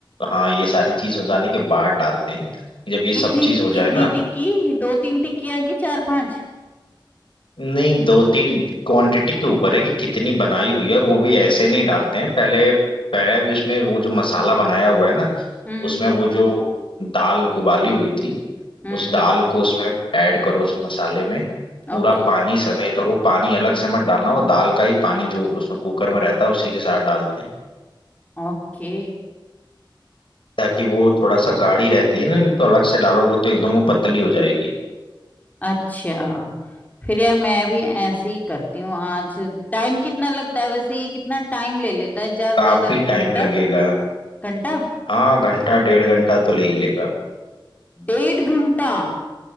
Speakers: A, on the left (about 75°); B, on the left (about 20°).
A: हाँ ये सारी चीज हो जाने के बाद डालते हैं कि जब ये
B: कितनी
A: सब चीज हो जाए
B: कितनी
A: ना
B: टिक्की दो तीन टिक्कियां की चार पांच
A: नहीं दो तीन क्वांटिटी के ऊपर है कि कितनी बनाई हुई है और वो भी ऐसे नहीं डालते हैं पहले पहले
B: हम्म
A: भी उसमें वो जो मसाला बनाया हुआ है ना
B: हम्म
A: उसमें वो जो दाल उबाली हुई थी
B: हम्म,
A: उस दाल को उसमें ऐड करो उस मसाले में पूरा
B: ओके
A: पानी समेत और वो पानी अलग से मत डालना वो दाल का ही पानी जो उसमें कुकर में रहता है उसी के साथ डालते हैं
B: ओके
A: ताकि वो थोड़ा सा गाढ़ी रहती है ना नहीं तो अलग से डालोगे तो एकदम वो पतली हो जाएगी
B: अच्छा फिर यार मैं भी ऐसे ही करती हूँ आज टाइम कितना लगता है वैसे ये कितना टाइम ले लेता है ज्यादा
A: काफी
B: से ज्यादा
A: टाइम
B: घंटा
A: लगेगा
B: घंटा
A: हाँ घंटा डेढ़ घंटा तो ले ही लेगा
B: डेढ़ घंटा